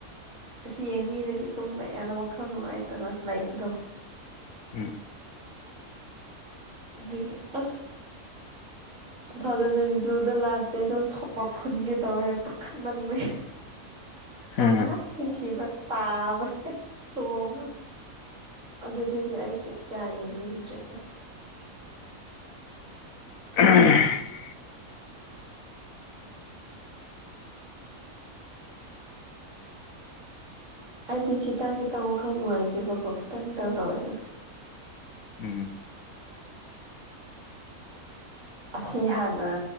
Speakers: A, on the right (about 60°); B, on the left (about 75°).
A: ꯑꯥꯁꯤ ꯌꯦꯡꯕꯤꯔꯗꯤ ꯇꯨꯝꯕ ꯌꯥꯗ ꯋꯥꯈꯜ ꯅꯨꯡꯉꯥꯏꯇꯅ ꯂꯩꯕꯗꯣ
B: ꯎꯪ
A: ꯑꯗꯨꯒꯤ ꯑꯥꯁ
B: INAUDIBLE
A: ꯇꯨ ꯊꯥꯎꯖꯟ ꯇ꯭ꯋꯦꯟꯇꯤ ꯇꯨꯗ ꯂꯥꯁ ꯗꯦꯗꯣ ꯁꯣꯔ ꯐꯨꯟꯒꯦ ꯇꯧꯋꯦ ꯄꯥꯈꯠꯃꯟꯕꯒꯤ ꯁꯣꯔ
B: ꯎꯝ
A: ꯉꯥꯏꯍꯥꯛ ꯊꯤꯡꯈꯤꯕ ꯇꯥꯕ ꯍꯦ ꯆꯣꯡ ꯑꯗꯨꯗꯒꯤ ꯑꯩꯁꯦ ꯀꯌꯥ ꯌꯦꯡꯅꯤꯡꯗ꯭ꯔꯦꯗ
B: INAUDIBLE
A: ꯑꯩꯗꯤ ꯈꯤꯇꯪ ꯈꯤꯇꯪ ꯋꯥꯈꯜ ꯅꯨꯡꯉꯥꯏꯇꯦꯕꯀꯣ ꯈꯤꯇꯪ ꯈꯤꯇꯪ ꯇꯧꯔꯗꯤ
B: ꯎꯪꯎꯪꯝ INAUDIBLE
A: ꯑꯁꯤ ꯍꯥꯟꯅ